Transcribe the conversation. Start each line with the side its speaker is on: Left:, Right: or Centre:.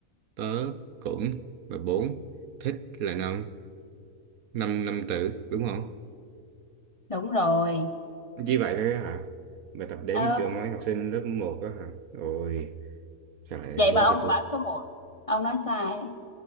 Right: Tớ cũng là bốn, thích là năm, năm năm tử đúng không?
Left: đúng rồi
Right: Chỉ vậy thôi á hả? Bài tập đếm
Left: ờ,
Right: kiểu mấy học sinh lớp một á hả? Ôi, sao lại
Left: vậy
Right: đố
Left: mà ông
Right: cho tôi?
Left: bảo số một ông nói sai đấy.